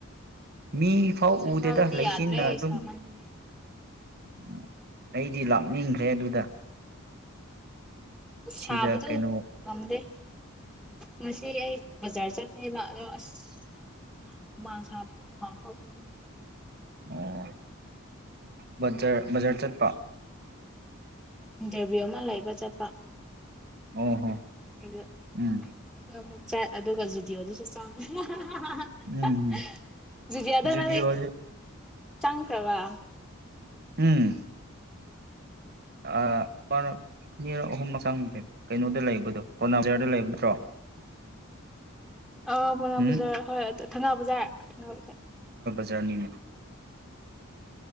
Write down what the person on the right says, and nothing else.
ꯃꯤ ꯐꯥꯎ
ꯎꯗꯦꯗ ꯂꯩꯆꯤꯟꯅ
ꯑꯗꯨꯝ
<inaudible> <unintelligible> ꯑꯩꯗꯤ ꯂꯥꯛꯅꯤꯡꯈ꯭ꯔꯦ ꯑꯗꯨꯗ ꯁꯤꯗ
ꯀꯩꯅꯣ
ꯑꯣ ꯕꯖꯔ ꯕꯖꯔ ꯆꯠꯄ
ꯑꯣ ꯍꯣ
ꯎꯝ
ꯎꯝ
ꯎꯝ
ꯖꯨꯗꯤꯑꯣꯖꯨ
ꯎꯝ ꯑꯥ ꯑꯥ ꯑꯅꯤꯔꯛ ꯑꯍꯨꯝꯂꯛ ꯆꯪꯒꯔ꯭ꯦꯗ ꯀꯩꯅꯣꯗ ꯂꯩꯕꯗꯣ ꯄꯣꯅꯥꯕꯖꯥꯔꯗ ꯂꯩꯕ ꯅꯠꯇ꯭ꯔꯣ
ꯎꯝ
ꯎꯝ ꯎꯝꯍꯨꯝ